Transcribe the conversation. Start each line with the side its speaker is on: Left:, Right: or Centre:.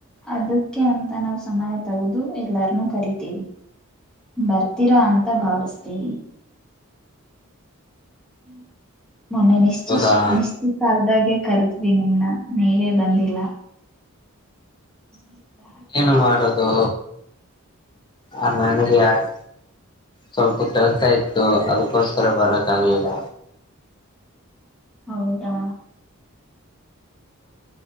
Centre: ಅದಕ್ಕೆ ಅಂತ ನಾವ್ ಸಮಯ ತಗದು ಎಲ್ಲಾರ್ನು ಕರಿತೀವಿ ಬರ್ತೀರಾ ಅಂತ ಭಾವಸ್ತೀವಿ ಹ್ಮ್ ಮೊನ್ನೆ ನಿಶ್ಚಿ
Left: ಹೌದಾ
Centre: ನಿಶ್ಚಿತರ್ತ ಆದದಾಗೆ ಕರ್ದ್ವಿ ನಿಮ್ನ ನೀವೇ ಬಂದಿಲ್ಲ <unintelligible>
Left: ಏನು ಮಾಡದೊ ಆ ನನಗೆ ಯಾರ್ ಸ್ವಲ್ಪ ಕೆಲ್ಸ ಇತ್ ದು ಅದಕ್ಕೋಸ್ಕರ ಬರತ್ ತಾಗ್ಲಿಲ್ಲ
Centre: ಹೌದಾ